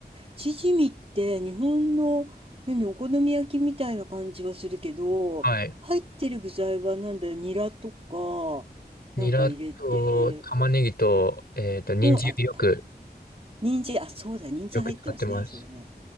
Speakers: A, on the right; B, on the left.
A: チヂミって日本の何お好み焼きみたいな感じはするけど入ってる具材はなんだニラとかなんか入れて
B: はい。ニラと玉ねぎと、えっと、人参をよく、
A: うんあった人参あそうだ人参入ってますねそれね
B: よく使ってます。